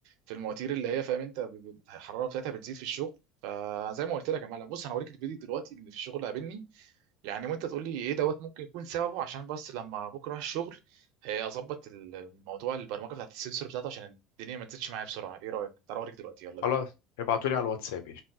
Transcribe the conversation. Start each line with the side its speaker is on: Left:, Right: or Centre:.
Right: في المواتير اللي هي فاهم انت ب- ب- الحراره بتاعتها بتزيد في الشغل فزي ما قلت لك يا معلم بص انا هوريك الفيديو دلوقتي اللي في الشغل قابلني يعني وانت تقول لي ايه دوت ممكن يكون سببه عشان بس لما بكره اروح الشغل آه، اظبط الموضوع البرمجه بتاعت السنسور بتاعته عشان الدنيا ما تزيدش معايا بسرعه ايه رايك تعال اوريك دلوقتي يلا
Left: خلاص
Right: بينا
Left: ابعتولي على الواتساب يا